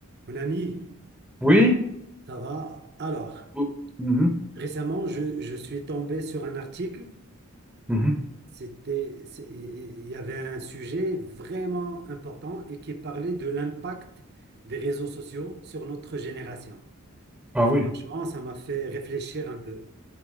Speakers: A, on the right; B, in the centre.
A: Mon ami,
B: Oui.
A: ça va? Alors,
B: Mm. Mhm,
A: récemment, je, je suis tombé sur un article.
B: mhm.
A: C'était, c'est- il il y avait un sujet vraiment important et qui parlait de l'impact des réseaux sociaux sur notre génération.
B: Ah
A: Et franchement,
B: oui.
A: ça m'a fait réfléchir un peu.